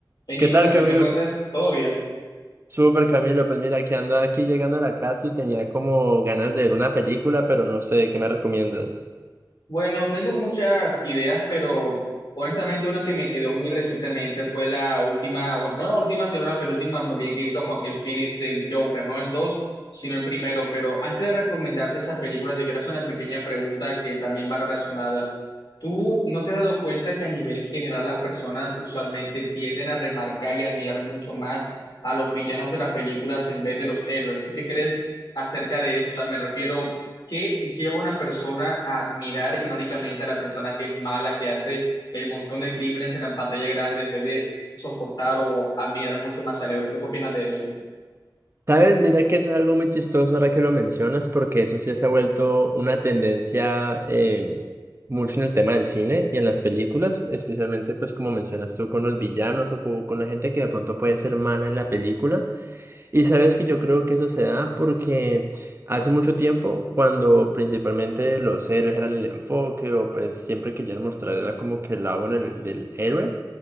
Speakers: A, on the left (about 60°); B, on the right (about 30°).
A: Hey,
B: ¿Qué
A: Nicolás,
B: tal, Camilo?
A: ¿qué me cuentas? ¿Todo bien?
B: Súper, Camilo. Pues mira, que ando aquí llegando a la casa y tenía como ganas de ver una película, pero no sé, ¿qué me recomiendas?
A: Bueno, tengo muchas ideas, pero honestamente una que me quedó muy recientemente fue la última, bueno, no la última, sino la penúltima, más bien que hizo Joaquin Phoenix del Joker, no el 2, sino el primero. Pero antes de recomendarte esa película, te quiero hacer una pequeña pregunta que también va relacionada. ¿Tú no te has dado cuenta que a nivel general las personas usualmente tienden a remarcar y admirar mucho más a los villanos de las películas en vez de los héroes? ¿Tú qué crees acerca de eso? O sea, me refiero... que lleva a una persona a admirar irónicamente a la persona que es mala, que hace el montón de crímenes en la pantalla grande, en vez de soportar o admirar mucho más al héroe? ¿Tú qué opinas de eso?
B: ¿Sabes? Mira que eso es algo muy chistoso ahora que lo mencionas, porque eso sí se ha vuelto una tendencia eh, mucho en el tema del cine y en las películas, especialmente pues como mencionas tú con los villanos o co- con la gente que de pronto puede ser mala en la película. Y sabes que yo creo que eso se da porque hace mucho tiempo, cuando principalmente los héroes eran el enfoque o pues siempre querían mostrar era como que el lado bueno del, del héroe,